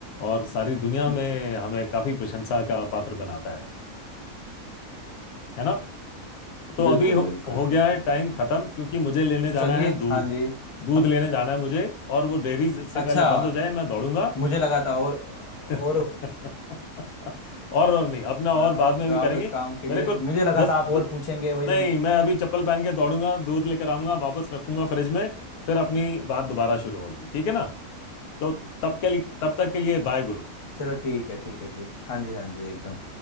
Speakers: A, on the left (about 85°); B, on the left (about 60°).
A: और सारी दुनिया
B: जी
A: में हमें काफी प्रशंसा का पात्र बनाता है है ना तो अभी
B: बिल्कुल
A: हो,
B: बिल्कुल
A: हो गया
B: बिल्कुल
A: है टाइम खत्म क्योंकि मुझे लेने
B: तो
A: जाना
B: चलिए
A: है दूध
B: हाँ जी
A: दूध
B: अब
A: लेने जाना है मुझे और वो डेयरी से पहले
B: अच्छा
A: बंद हो जाए मैं दौड़ूंगा
B: मुझे लगा था और
A: <laughs>
B: और
A: और और नहीं अपना
B: हाँ
A: और बाद में अभी
B: तो आप
A: करेंगे
B: एक काम करिए
A: मेरे को
B: मुझे लगा
A: दस
B: था आप
A: द-
B: और पूछेंगे वही
A: नहीं
B: मैं
A: मैं अभी चप्पल पहन के दौड़ूंगा दूध लेकर आऊंगा वापस रखूंगा फ्रिज में फिर अपनी बात दोबारा शुरू होगी ठीक है ना तो तब के लिए तब तक के लिए बाय गुरु
B: चलो ठीक है ठीक है ठीक है हाँ जी हाँ जी एकदम